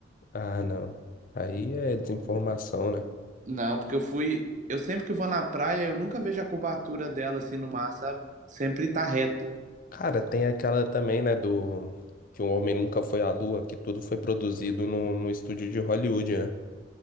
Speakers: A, on the left; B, on the right.
A: Ah, não. Aí é desinformação, né?
B: Não, porque eu fui. Eu sempre que vou na praia, eu nunca vejo a curvatura dela assim no mar, sabe? Sempre tá reto.
A: Cara, tem aquela também, né, do... Que o homem nunca foi à lua, que tudo foi produzido no, no estúdio de Hollywood, né?